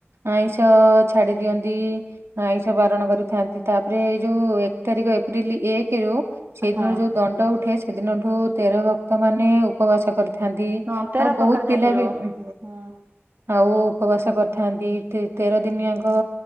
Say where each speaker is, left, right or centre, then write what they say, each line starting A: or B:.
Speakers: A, on the right; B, on the right.
A: ଆଇଁଷ ଛାଡି ଦିଅନ୍ତି, ଆଇଁଷ ବାରଣ କରିଥାନ୍ତି। ତାପରେ ଏ ଯୋଉ ଏକ ତାରିଖ ଏପ୍ରିଲ ଏକରୁ ସେଇଦିନ
B: ହଁ।
A: ଯୋଉ ଦଣ୍ଡ ଉଠେ ସେଦିନଠୁ ତେର ଭକ୍ତ ମାନେ ଉପବାସ କରିଥା ଥାନ୍ତି।
B: ହଁ ତେର
A: ଆଉ
B: ପ୍ରକାର
A: ବହୁତ
B: ଜାତିର
A: ପିଲା ବି ହଁ।
B: ହୁଁ।
A: ଆଉ ଉପବାସ କରିଥାନ୍ତି। ତେର ଦିନି ଆଙ୍କ